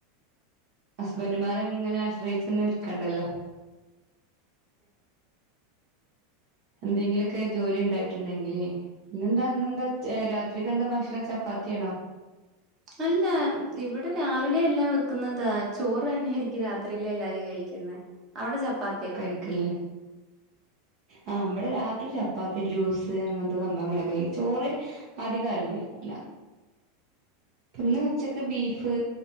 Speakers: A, on the right; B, on the right.
A: ഹസ്ബന്റ്മാരെങ്ങനെ ആശ്രയിച്ചന്നും ഇരികേണ്ടല്ലൊ എന്തെങ്കിലൊക്കെ ജോലി ഇണ്ടായിട്ട്ണ്ടെങ്കില് പിന്നെഎന്താ ഇന്നന്താ ഉച്ച ഏഴ് രാത്രിക്കന്താ ഭക്ഷണചപ്പാ ത്തിണോ
B: അല്ല ഇവടെ രാവിലെ എല്ലാം വെക്കുന്നതാ ചോറന്നേയിരിക്കും രാത്രിയില് എല്ലാരും കഴിക്യുന്നേ അവടെ ചപ്പാ
A: കഴിക്കല്ലേ ആഹ് ഇമ്പടെരാത്രി ചപ്പാത്തി. ജ്യൂസ് അങ്ങൻത്തെ സംഭവങ്ങളൊക്കെഴിച്ചു ചോറ് അധികാരും കഴ്ക്കൂല. പിന്നെ ഉച്ചക്ക് ബീഫ്